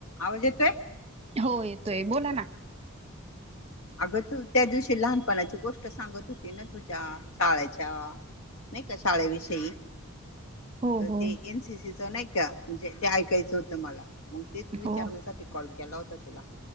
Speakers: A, on the left; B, on the right.
A: आवाज येतोय.
B: हो येतोय बोला ना
A: अगं तू त्या दिवशी लहानपणाची गोष्ट सांगत होती. ना तुझ्या शाळच्या... नाही का शाळेविषयी..
B: हो
A: तर
B: हो.
A: ते एनसीसीच नाही का म्हणजे ते ऐकायचं होतं मला मग तेच
B: हो.
A: विचारण्यासाठीे... कॉल केला होता तुला